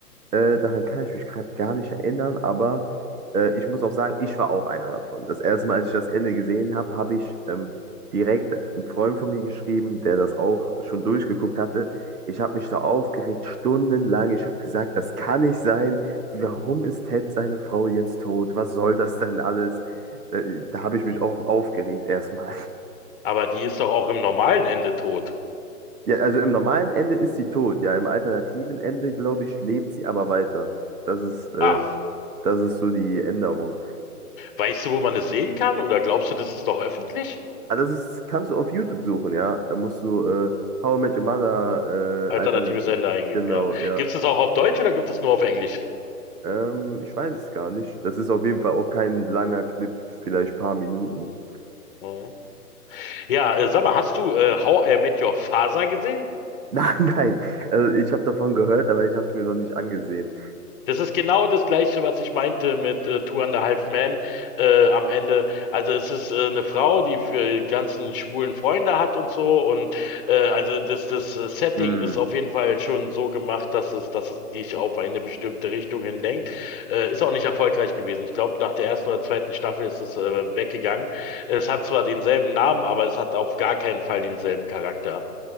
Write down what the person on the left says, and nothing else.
Aber die ist doch auch im normalen Ende tot.
Ah,
weißt du, wo man das sehen kann? Oder glaubst du, das ist doch öffentlich?
Alternatives
Ende eingeben,
ja.
Gibt's das auch auf Deutsch oder gibt es nur auf Englisch?
Ja, Ja, äh, sag mal, hast du äh, How I Met Your Father gesehen?
Das ist genau das Gleiche, was ich meinte mit äh, Two and a Half Men äh, am Ende. Also es ist äh, eine Frau, die für die ganzen schwulen Freunde hat und so. Und äh, also das, das äh, Setting
ist auf jeden Fall schon so gemacht, dass es, dass es dich auf eine bestimmte Richtung hin lenkt. Äh, ist auch nicht erfolgreich gewesen. Ich glaube, nach der ersten oder zweiten Staffel ist es äh, weggegangen. Es hat zwar denselben Namen, aber es hat auf gar keinen Fall denselben Charakter.